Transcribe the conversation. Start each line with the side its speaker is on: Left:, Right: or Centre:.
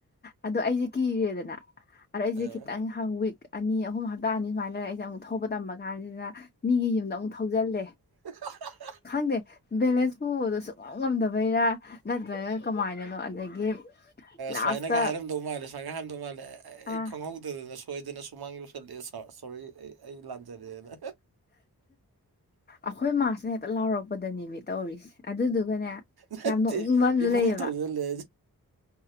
Left: ꯑꯗꯣ ꯑꯩꯖꯦ ꯀꯤꯔꯦꯗꯅ ꯑꯗꯣ ꯑꯩꯖꯦ
Right: ꯑꯦ
Left: ꯈꯤꯇꯪ ꯍꯥ ꯋꯤꯛ ꯑꯅꯤ ꯑꯍꯨꯝ ꯍꯞꯇꯥ ꯑꯅꯤ ꯁꯨꯃꯥꯏ ꯂꯩꯔ ꯑꯩꯖꯦ ꯑꯃꯨꯛ ꯊꯧꯕ ꯇꯝꯕ ꯀꯥꯟꯖꯤꯅ ꯃꯤꯒꯤ ꯌꯨꯝꯗ ꯑꯃꯨꯛ ꯊꯧꯖꯜꯂꯦ
Right: <unintelligible>
Left: ꯈꯪꯗꯦ ꯕꯦꯂꯦꯟꯁ ꯄꯨꯕꯗꯣ ꯁꯨꯛ ꯉꯥꯝ ꯉꯝꯗꯕꯩꯔ ꯅꯠꯇ꯭ꯔꯒ ꯀꯃꯥꯏꯅꯅꯣ ꯑꯗꯒꯤ ꯂꯥꯁꯇ
Right: ꯁꯨꯃꯥꯏꯅꯒ ꯍꯥꯏꯔꯝꯗꯧ ꯃꯥꯜꯂꯦ ꯑꯉꯥꯡꯗꯣ ꯃꯥꯜꯑꯂꯦ ꯑꯦ
Left: ꯑ
Right: ꯑꯩ ꯈꯪꯍꯧꯗꯗꯅ ꯁꯣꯏꯗꯅ ꯁꯨꯃꯥꯡ ꯌꯧꯁꯜꯂꯛꯑꯦ ꯁꯧ ꯁꯣꯔꯤ ꯑꯩ ꯑꯩ ꯂꯥꯟꯖꯔꯦꯅ
Left: ꯑꯈꯣꯏ ꯃꯥꯁꯦ ꯍꯦꯛꯇ ꯂꯥꯎꯔꯛꯄꯗꯅꯦꯃꯤ ꯇꯧꯔꯤꯁꯦ ꯑꯗꯨꯗꯨꯒꯅꯦ
Right: ꯅꯠꯇꯦ
Left: ꯌꯥꯝ ꯅꯣꯛꯅꯤꯡꯕ ꯑꯝꯖꯨ
Right: ꯏꯃꯨꯡ
Left: ꯂꯩꯌꯦꯕ
Right: ꯊꯧꯖꯤꯜꯂꯦ